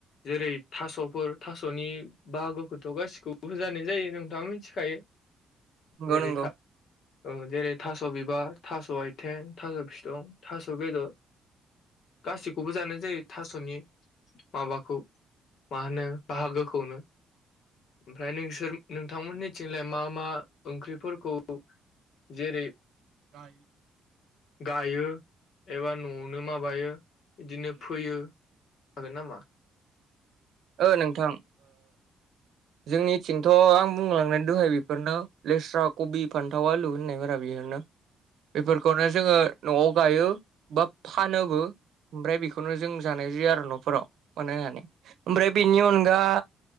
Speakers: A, on the left; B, on the right.
A: जेरै थास'फोर थास'नि बाहागोखौ थ' गासिखौबो जानाय जायो नोंथाङा मिथिखायो
B: नंगौ
A: जेरै
B: नंगौ
A: था औ जेरै थास' बिबार, थास' आथिं, थास' बिसं, थास' बेदर गासैखौबो जानाय जायो थास'नि माबाखौ मा होनो बाहागोखौनो ओमफ्राय नोंसोर नोंथांमोननिथिंलाय मा मा ओंख्रिफोरखौ जेरै
B: ग <inaudible>
A: गायो एबा न'आवनो माबायो बिदिनो फोयो। <inaudible>
B: ओ नोंथां। जोंनिथिंथ' आं बुंलांनाय दहाय बेफोरनो लेस्रा, कबि, फान्थाव, आलु होननायफोरा बेफोरनो बेफोरखौनो जोङो न'आव गायो बा फानोबो। ओमफ्राय बेखौनो जों जानाय जायो आरो न'फोराव मानो होननानै ओमफ्राय बेनि अनगा